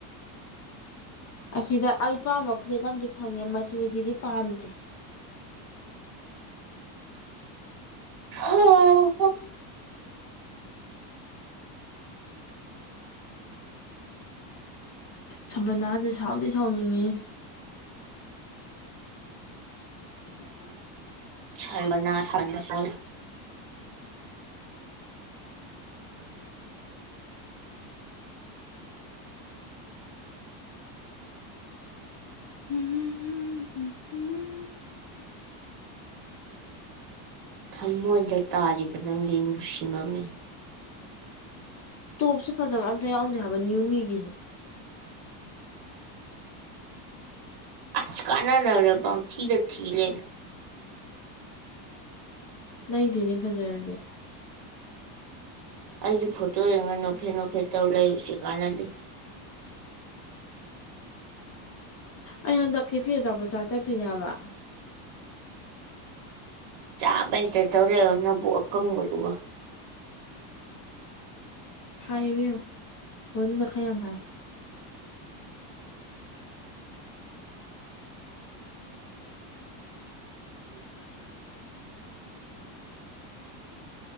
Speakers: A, on the left (about 30°); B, on the right (about 50°).
A: ꯑꯁꯤꯗ ꯑꯩ ꯄꯥꯝꯕ ꯐꯨꯔꯤꯠ ꯑꯃꯗꯤ ꯐꯪꯉꯦ ꯃꯆꯨꯁꯤꯗꯤ ꯄꯥꯝꯗꯦ
B: ꯍ
A: ꯁꯕꯅꯥꯁꯦ ꯁꯥꯎꯗꯤ ꯁꯥꯎꯅꯤꯡꯉꯤ ꯎꯝ
B: ꯁꯕ ꯅꯥ ꯁꯥꯕꯅꯁꯨꯣꯏ
A: ꯎꯝ
B: ꯊꯃꯣꯏꯗ ꯇꯥꯔꯤꯕ ꯅꯪꯒꯤ ꯅꯨꯡꯁꯤꯃꯛꯅꯤ
A: ꯇꯣꯞꯁꯦ ꯐꯖꯕ ꯑꯝꯇ ꯌꯥꯎꯗꯦ ꯍꯥꯏꯕ ꯅꯅꯤꯌꯨꯃꯤꯒꯤꯁꯦ
B: ꯑꯁ ꯀꯅꯥꯗꯕꯔꯕꯥꯎ ꯊꯤꯔ ꯊꯤꯂꯦ
A: ꯂꯩꯗꯤꯅꯦ ꯐꯖꯔꯅꯤ
B: ꯑꯩꯒꯤ ꯐꯣꯇꯣ ꯌꯦꯡꯉ ꯅꯣꯞꯐꯦ ꯅꯣꯐꯦ ꯇꯧ ꯂꯩꯎꯁꯤ ꯀꯥꯟꯅꯗꯦ
A: ꯑꯩ ꯍꯟꯗꯛꯀꯤꯦ ꯐꯤꯖꯄꯆꯥ ꯆꯠꯇꯣꯏꯅꯦꯕ
B: ꯆꯥꯕ ꯍꯩꯛꯇ ꯇꯧ ꯂꯩꯣ ꯅꯕꯨ ꯑꯀꯪꯕꯗꯨꯒ
A: ꯍꯥꯏꯋꯦ ꯐꯣꯗ ꯈꯩ ꯑꯃꯥꯏ
B: <inaudible>